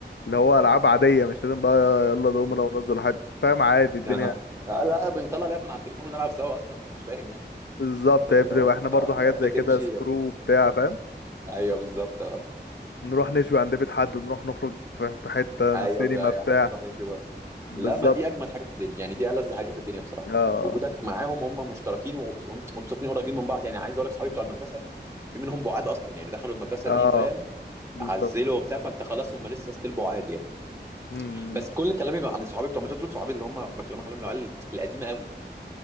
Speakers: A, on the left; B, on the right.
A: اللي هو العاب عاديه مش لازم بقى يلا دومنا وننزل حاجه فاهم عادي الدنيا
B: اه آه، لا بنطلع لعب من على التليفون ونلعب سوا اصلا انت مش فاهم يعني
A: بالظبط
B: فاللي
A: هي بتبقى
B: هو اه
A: احنا برضو حاجات
B: لا بتمشي
A: زي كده سكرو بتاع فاهم
B: ايوه بالظبط
A: نروح نشوي عند بيت حد نروح نخرج في في حته
B: ايوه
A: سينما
B: بال- ايوه
A: بتاع
B: احنا بنروح نشوي بره
A: بالظبط
B: لا ما دي اجمد حاجه في الدنيا يعني دي ألذ حاجه في الدنيا بصراحه
A: اه
B: وجودك معاهم هم مشتركين وخ- وانت- وانتوا ساكنين قريبين من بعض يعني عايز اقول لك صحابي بتوع المدرسه في منهم بعاد اصلا يعني دخلوا المدرسه
A: اه
B: دي فاهم
A: بالظبط
B: عزلوا وبتاع فانت خلاص هم لسه ستيل بعاد يعني
A: مم.
B: بس كل كلامي عن صحابي بتوع المدرسه دول صحابي اللي هم بكلمك عليهم العيال القديمه قوي